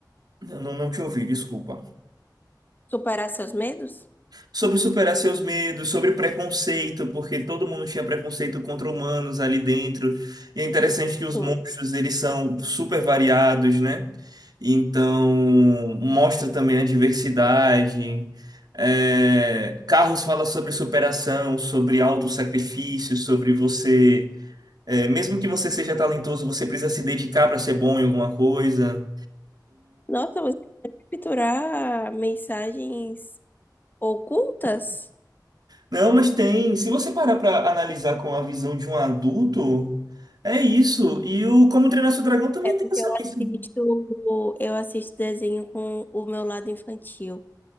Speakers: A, on the right; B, on the left.
A: Eu Não, não te ouvi, desculpa.
B: Superar seus medos?
A: Sobre superar seus medos, sobre preconceito, porque todo mundo tinha preconceito contra humanos ali dentro. E é interessante que os
B: Sim.
A: monstros eles são super variados, né? Então mostra também a diversidade. É, Carros fala sobre superação, sobre autossacrifício, sobre você. É, mesmo que você seja talentoso, você precisa se dedicar para ser bom em alguma coisa.
B: Nossa, você quer capturar mensagens ocultas?
A: Não, mas tem. Se você parar para analisar com a visão de um adulto, é isso. E o Como Treinar Seu Dragão também
B: É porque
A: tem essa
B: eu assisto,
A: mensagem.
B: eu assisto desenho com o meu lado infantil.